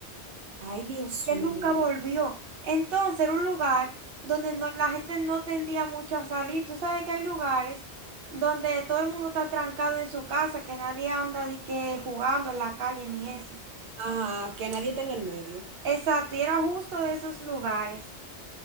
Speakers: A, on the right; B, on the right.
A: Ay, Dios
B: ya
A: mío.
B: nunca volvió. Entonces era un lugar donde no, la gente no tendía mucho a salir. Tú sabes que hay lugares donde todo el mundo está trancado en su casa, que nadie anda de que jugando en la calle ni eso.
A: Ajá, que nadie está en el medio.
B: Exacto, y era justo de esos lugares.